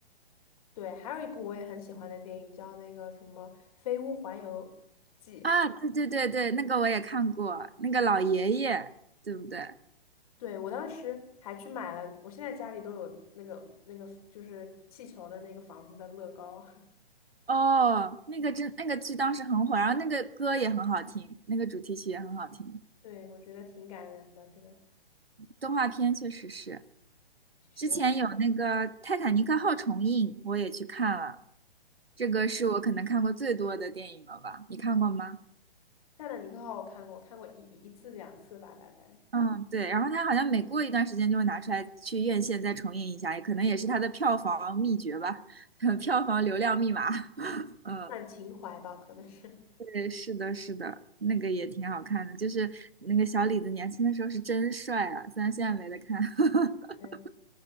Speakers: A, on the left (about 35°); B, on the right (about 75°).
A: 对，还有一部我也很喜欢的电影叫那个什么《飞屋环游记》。
B: <laughs> 啊。对对对对，那个我也看过，那个老爷爷，对不对？
A: 对，我当时还去买了，我现在家里都有那个那个就是气球的那个房子的乐高。
B: 哦，那个真那个剧当时很火，然后那个歌也很好听，那个主题曲也很好听。
A: <laughs> 对，我觉得挺感人的。这个
B: 动画片确实是，
A: 其实我
B: 之前有那个《泰坦尼克号》重映，我也去看了，这个是我可能看过最多的电影了吧？你看过吗？
A: 《泰坦尼克号》我看过，我看过一一一次两次吧，大概
B: 嗯，对。然后它好像每过一段时间就会拿出来去院线再重映一下，也可能也是它的票房秘诀吧，<laughs> 票房流量密码。<laughs> 嗯，
A: 算情怀吧，可能是。
B: 对，是的，是的，那个也挺好看的，就是那个小李子年轻的时候是真帅啊，虽然现在没得看，<laughs>
A: <laughs> 对，